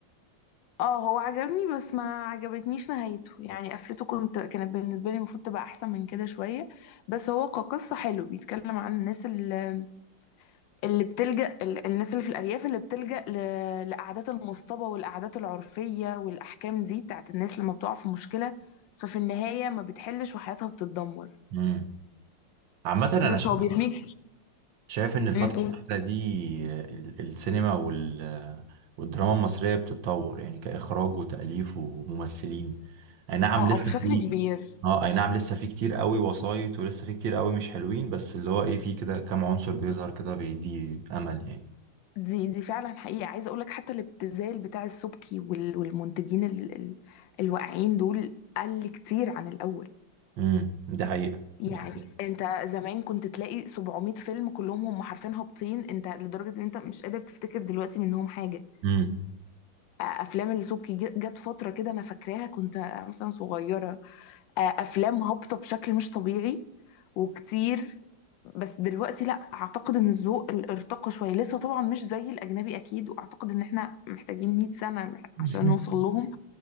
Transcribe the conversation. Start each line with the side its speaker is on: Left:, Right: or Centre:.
Left: اه هو عجبني بس ما عجبتنيش نهايته يعني قفلته كنت كانت بالنسبه لي المفروض تبقى احسن من كده شويه بس هو كقصه حلو بيتكلم عن الناس اللي اللي بتلجأ ال- الناس اللي في الارياف اللي بتلجأ ل- لقعدات المصطبه والقعدات العرفيه والاحكام دي بتاعت الناس لما بتقع في مشكله ففي النهايه ما بتحلش وحياتها بتتدمر
Right: امم عامه انا
Left: بس
Right: شايف
Left: هو بيرميك
Right: شايف ان الفترة
Left: م- م.
Right: الأخيرة دي ال- السينما وال والدراما المصرية بتتطور يعني كإخراج وتأليف وممثلين أي نعم
Left: اه
Right: لسه
Left: آه، بشكل
Right: في
Left: كبير
Right: اه أي نعم لسه في كتير قوي وسايط ولسه في كتير قوي مش حلوين بس اللي هو ايه في كده كام عنصر بيظهر كده بيدي أمل يعني
Left: دي دي فعلا حقيقة عايزة اقول لك حتى الابتذال بتاع السبكي وال- والمنتجين ال- ال- الواقعين دول قل كتير عن الاول
Right: امم دي حقيقة
Left: يعني
Right: بالظبط.
Left: انت زمان كنت تلاقي 700 فيلم كلهم هم حرفيا هابطين انت لدرجة ان انت مش قادر تفتكر دلوقتي منهم حاجة
Right: امم
Left: آه، افلام السبكي ج- جت فترة كده انا فاكراها كنت مثلا صغيرة آه، افلام هابطه بشكل مش طبيعي وكتير بس دلوقتي لا اعتقد ان الذوق ال- ارتقى شويه لسه طبعا مش زي الاجنبي اكيد واعتقد ان احنا محتاجين 100 سنه مح-
Right: <laughs>
Left: عشان نوصل لهم